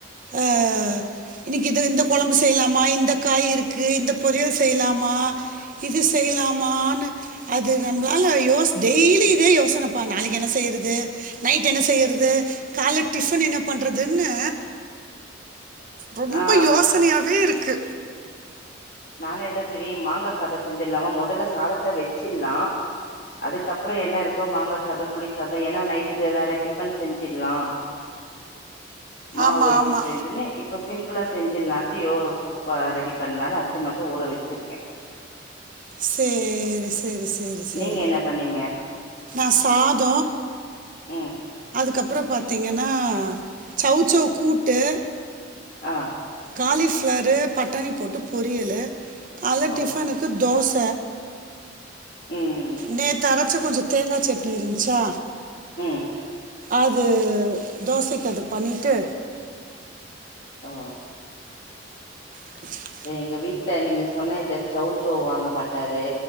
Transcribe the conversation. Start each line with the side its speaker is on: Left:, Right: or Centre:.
Right: ஆ இன்னிக்கு இது இந்த கெழம்பு செய்யலாமா இந்த காய் இருக்கு இந்த பொரியல் செய்லாமா இது செய்லாமான்னு அது நம்மளால யோஸ் டெய்லி இதே யோசனைப்பா நாளைக்கு என்ன செய்யறது நைட் என்ன செய்யறத் இது கால்ல டிஃபன் என்ன பண்றதுன்னு ரொம்ப
Left: ஆ
Right: யோசனையாவே இருக்கு
Left: நானே தா சரி மாங்கா சாதே செஞ்சிட்லாமா மெதல்ல சாதத்த வெச்சிட்லா அதுக்கப்புறோ என்ன இருக்கோ மாங்கா சாதெ புளிசாதெ ஏன்னா நைட்டுக்கு வேற டிஃபன் செஞ்சிட்லா <unintelligible> மாவு
Right: ஆமா,
Left: வெச்சுட்அன்டன்னு
Right: ஆமா.
Left: இப்ப சிம்ப்ள்ளா செஞ்சுலான்ட்டு யோ அ ரெடி பண்ணலான்னு அரிசி சி மட்டு ஊறவச்சுற்க்க
Right: சேரி சேரி சேரி செரி
Left: நீங்க என்ன பண்ணீங்க
Right: நா சாதொ
Left: ம்
Right: அதுக்கப்ற பாத்திங்கன்னா சௌவ் சௌவ் கூட்டு
Left: அ
Right: காலிஃப் ஃபிளாரு பட்டாணி போட்டு பொரியலு கால்ல
Left: ஓ
Right: டிஃபனுக் க்கு தோச
Left: ம்
Right: நேத்தரச்ச கொஞ்ச தேங்கா சட்னி இருந்ச்சா
Left: ம்.
Right: அது தோசக் அது பண்ணிட்டு
Left: ஒ
Right: <inaudible>
Left: எங்க வீட்ல நீங்க சொன்ன இந்த சௌசௌ வாங்கமாட்டாரு